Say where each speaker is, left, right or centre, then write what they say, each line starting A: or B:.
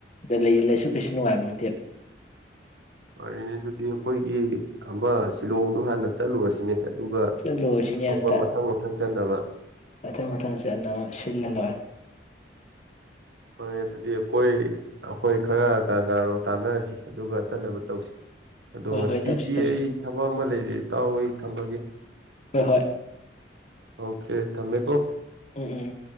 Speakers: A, on the left (about 40°); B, on the right (about 70°).
A: ꯗ ꯂꯩ ꯂꯩꯁꯨ ꯀꯩꯁꯨ ꯅꯨꯡꯉꯥꯏꯕ ꯑꯣꯏꯇꯦꯕ
B: ꯍꯦꯅꯦ ꯑꯗꯨꯗꯤ ꯑꯩꯈꯣꯏꯒꯤ ꯑꯃ ꯁꯤꯂꯣꯡꯗꯣ ꯍꯥꯟꯅ ꯆꯠꯂꯨꯔꯁꯤꯅꯦ ꯑꯗꯨꯒ
A: ꯆꯠꯂꯨꯔꯁꯤꯅꯦ
B: ꯑꯇꯣꯞꯄ
A: ꯑꯝꯇ
B: ꯃꯊꯪ ꯃꯊꯪ ꯆꯟꯗꯕ
A: ꯃꯊꯪ ꯃꯊꯪꯁꯦ ꯌꯥꯝ ꯑꯃ ꯁꯤꯜꯂ ꯂ‌ꯣꯏꯔ‌‌ꯦ
B: ꯐꯔ ꯑꯗꯨꯗꯤ ꯑꯩꯈꯣꯏ ꯑꯩꯈꯣꯏ ꯈꯔ ꯀ ꯀꯅꯥꯅꯣ ꯇꯥꯟꯅꯔꯁꯤ ꯑꯗꯨꯒ ꯆꯠꯅꯕ ꯇꯧꯁꯤ ꯑꯗꯣ
A: ꯍꯣꯏ
B: ꯉꯁꯤꯗꯤ
A: ꯍꯣꯏ ꯇꯧꯁꯤ ꯇꯧꯁꯤ
B: ꯑꯩ ꯊꯕꯛ ꯑꯃ ꯂꯩꯔꯦ ꯇꯥꯎ ꯑꯩ ꯊꯝꯃꯒꯦ
A: ꯍꯣꯏ ꯍꯣꯏ
B: ꯑꯣꯀꯦ ꯇꯃꯦ ꯀꯣ
A: ꯎꯝ ꯎꯝ